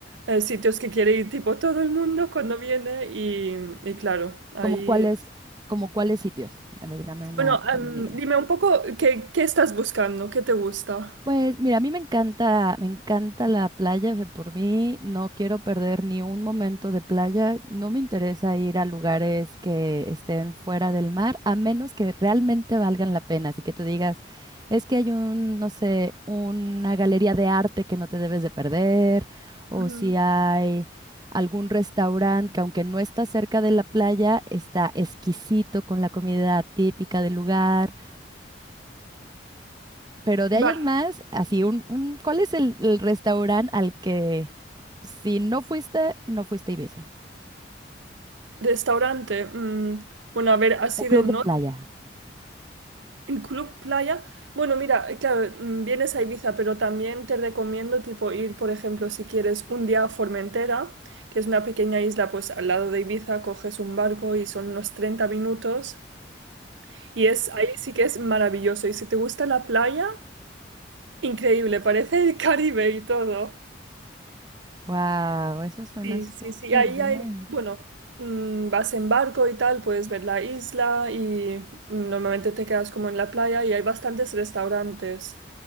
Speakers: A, on the right; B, on the right.
A: eh, sitios que quiere ir tipo todo el mundo cuando viene y, y claro, ahí...
B: ¿Como cuáles, como cuáles sitios? A ver, dame una,
A: Bueno, am,
B: dame una idea.
A: dime un poco qué, qué estás buscando, qué te gusta.
B: Pues mira, a mí me encanta, me encanta la playa, o sea, por mí no quiero perder ni un momento de playa, no me interesa ir a lugares que estén fuera del mar, a menos que realmente valgan la pena, así que tú digas, es que hay un, no sé, una galería de arte que no te debes de perder, o
A: Ujú.
B: si hay algún restaurante que aunque no está cerca de la playa, está exquisito con la comida típica del lugar pero de ahí
A: Va-
B: en más, así, un, un, ¿cuál es el, el restaurante al que si no fuiste, no fuiste a Ibiza?
A: Restaurante. mm, bueno, a ver, así
B: O
A: de
B: club
A: norte.
B: de playa.
A: En Club Playa. Bueno, mira, eh, claro, mm, vienes a Ibiza, pero también te recomiendo tipo ir, por ejemplo, si quieres un día a Formentera, que es una pequeña isla, pues al lado de Ibiza, coges un barco y son unos 30 minutos. Y es ahí sí que es maravilloso. Y si te gusta la playa, increíble, parece el Caribe y todo.
B: wow, eso suena
A: Sí,
B: súper
A: sí, sí, ahí
B: bien.
A: hay, bueno, mm, vas en barco y tal, puedes ver la isla y mm, normalmente te quedas como en la playa y hay bastantes restaurantes.